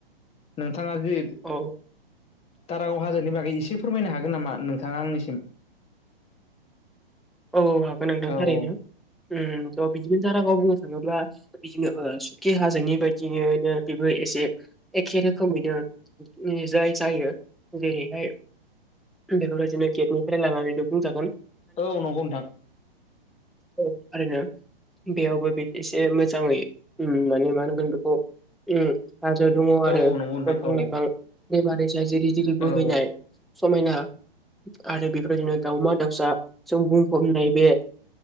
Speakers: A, on the left; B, in the centre.
A: नों थाङा जि
B: औ
A: दारागाव हाजोनि बागै एसे फोरमायनो हागोन नामा नोंथाङा आंनिसिम
B: औ औ हागोन नोंथां
A: औ
B: थारैनो
A: औ
B: उम थ' बिदिनो दारागाव बुंनो थाङोब्ला बिदिनो ओ सुखि हाजोनि बायदिनो बेबो ए एखे रोखोमैनो जाय जायो जेरैहाय बेफोरबायदिनो गेटनिफ्राय लानानैनो बुंजागोन
A: औ नंगौ नोंथां
B: औ थारैनो बेयावबो एसे मोजाङै उम माने मा होनगोन बेखौ उम हाजो दङ
A: औ
B: आरो
A: औ नंगौ नोंथां
B: दंफां
A: औ
B: लाइफां दैमा दैसा जिरि जिरि बोहैनाय
A: औ
B: समायना आरो बेफोरबायदिनो दाउमा दाउसा जों बुंफबनाय बे